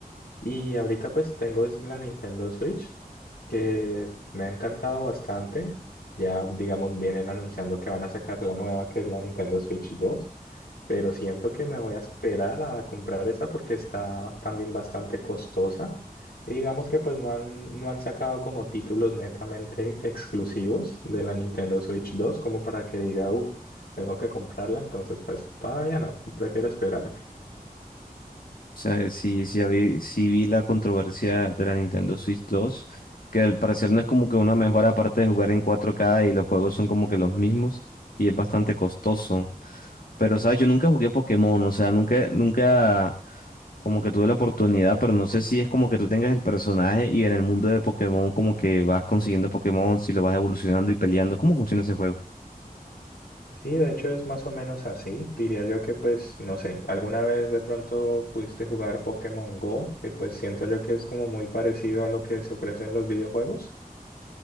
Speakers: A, on the left; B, on the left.
A: Y ahorita pues tengo es la Nintendo Switch, que me ha encantado bastante. Ya digamos vienen anunciando que van a sacar la nueva que es la Nintendo Switch 2 pero siento que me voy a esperar a comprar esa porque está también bastante costosa. Y digamos que pues no han, no han sacado como títulos netamente exclusivos de la Nintendo Switch 2 como para que diga, uff, tengo que comprarla, entonces pues todavía no, prefiero esperarme.
B: O sea, sí, sí, habí- sí vi la controversia de la Nintendo Switch dos, que al parecer no es como que una mejora aparte de jugar en cuatro k y los juegos son como que los mismos y es bastante costoso. Pero, ¿sabes? Yo nunca jugué Pokémon, o sea, nunca, nunca como que tuve la oportunidad, pero no sé si es como que tú tengas el personaje y en el mundo de Pokémon como que vas consiguiendo Pokémon, si lo vas evolucionando y peleando. ¿Cómo funciona ese juego?
A: Sí, de hecho es más o menos así. Diría yo que pues, no sé, alguna vez de pronto pudiste jugar Pokémon Go, que pues siento yo que es como muy parecido a lo que se ofrece en los videojuegos.